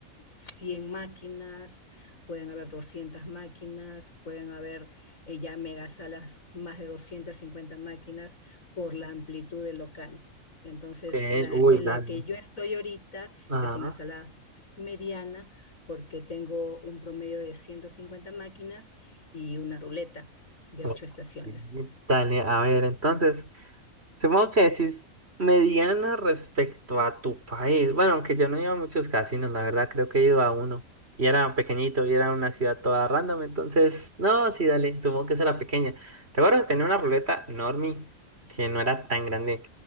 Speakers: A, on the left; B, on the right.
A: 100 máquinas, pueden haber 200 máquinas, pueden haber eh, ya megasalas, más de 250 máquinas por la amplitud del local. Entonces,
B: Ok,
A: la,
B: Uy,
A: en
B: dale.
A: la que yo estoy ahorita
B: Ajá.
A: es una sala mediana porque tengo un promedio de 150 máquinas y una ruleta de
B: ok,
A: ocho estaciones.
B: Dale, a ver, entonces. Supongo que decís mediana respecto a tu país. Bueno, aunque yo no iba a muchos casinos, la verdad, creo que he ido a uno. Y era pequeñito, y era una ciudad toda random, entonces, no, sí, dale, supongo que esa era pequeña. Recuerdo que tenía una ruleta normie, que no era tan grande.